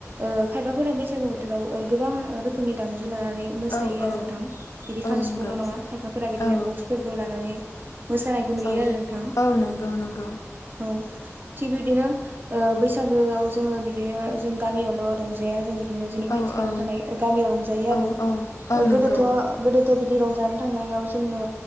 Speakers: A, on the right; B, on the left.
A: ओ खायफाफोरा बैसागो बोथोराव ओ गोबां रोखोमनि दामजु लानानै मोसायो
B: औ
A: आरो नोंथां बिदि
B: औ
A: खाम
B: नंगौ
A: सिफुंल' नङा खायफाफोरा बिदिनो
B: औ
A: बक्सफोरबो लानानै। मोसानायखौ नुयो
B: औ
A: आरो नोंथां
B: औ नंगौ नंगौ
A: औ थिग बिदिनो ओ बैसागोआव जोङो बिदिनो जों गामियावल' रंजाया जों बि बिदिनो जोंनि खाथि
B: औ
A: खाला
B: औ
A: थानाय गामियाव रंजायो आरो
B: औ औ औ
A: गोदोथ'।
B: नंगौ
A: गोदोथ' बिदि रंजानो थांनायाव जोंनो।